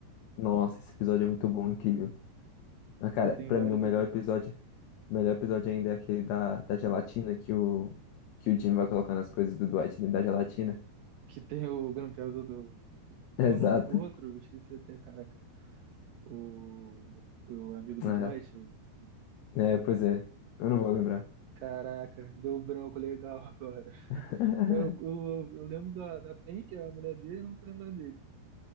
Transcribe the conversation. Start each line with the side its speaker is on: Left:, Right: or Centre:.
Left: Nossa, esse episódio é muito bom, incrível. Ah, cara,
Right: Pô, tem
Left: pra
Right: vários
Left: mim o melhor
Right: episódios.
Left: episódio, o melhor episódio ainda é aquele da, da gelatina que o, que o Jim vai colocando as coisas do Dwight dentro da gelatina.
Right: Que tem o grampeador do. Qual
Left: <laughs> Exato.
Right: que é o nome do outro? Eu esqueci até, caraca. O, o amigo
Left: Ah,
Right: do Dwight, o... o-
Left: é, pois é. Eu não vou lembrar.
Right: Caraca, deu um branco legal agora.
Left: <laughs>
Right: Eu, eu, eu lembro da, da Pen, que é a mulher dele, não tô lembrando dele.